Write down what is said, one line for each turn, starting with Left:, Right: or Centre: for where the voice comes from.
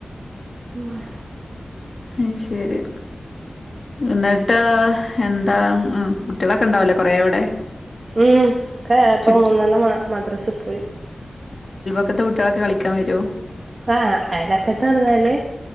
Right: <unintelligible>
Left: അ ശരി മ എന്താ ഉം കുട്ടികളൊക്കെ ഉണ്ടാവല്ലേ കൊറേ അവിടെ
Right: ഉം ഇപ്പൊ
Left: ചുറ്റും
Right: മൂന്നെണ്ണം മദ്രസ പോയി
Left: അപ്പുറത്തെ കുട്ടികളൊക്കെ കളിക്കാൻ വരുവോ
Right: ആ അയലൊക്കെത്ത് പറഞ്ഞാല്